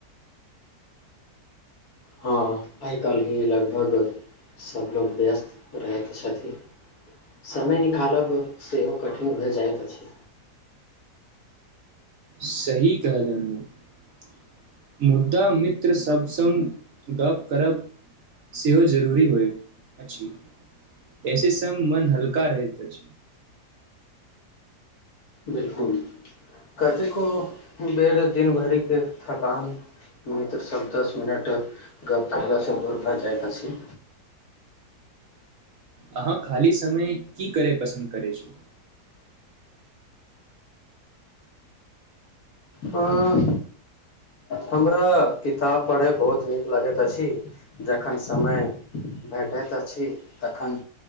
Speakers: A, on the left; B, on the right.
A: हँ आइ काल्हि लगभग सभलोग व्यस्त रहैत छथिन समय निकालब सेहो कठिन भए जाइत अछि
B: सही कहलनि उ मुद्दा मित्र सब संग गप करब सेहो जरूरी होइत अछि ऐसे सब मन हल्का रहैत अछि
A: बिलकुल कतेको बेरे दिन भरिक थकान मित्रसभ दस मिनट गप्प कएलासँ दूर भऽ जाइत अछि
B: अहाँ खाली समय की करय पसन्द करै छी
A: हँ हमरा किताब पढ़य बहुत नीक लगैत अछि जखन समय भेटैत अछि तखन